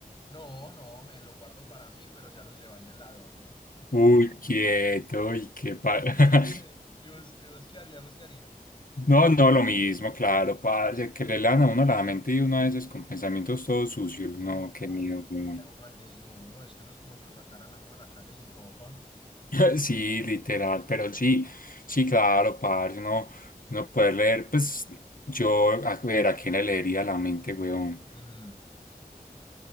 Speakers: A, on the left; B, on the left.
A: No, no, me lo guardo para mí, pero ya los llevarían la doble.
B: Uy, quieto, y qué pa... <laughs>
A: ¿Y vos qué? ¿Y vos qué? ¿Vos qué haría? ¿Vos qué haría?
B: No, no, lo mismo, claro, parce, que le lean a uno la mente y uno a veces con pensamientos todos sucios, no,
A: No,
B: qué
A: parce,
B: miedo,
A: es que eso
B: no.
A: queda uno al desnudo, es que eso es como si lo sacaran a uno a la calle sin ropa.
B: <laughs> Sí, literal, pero sí, sí, claro, parce, uno, uno poder leer, pues, yo, a ver, ¿a quién le leería la mente, weón?
A: Mm.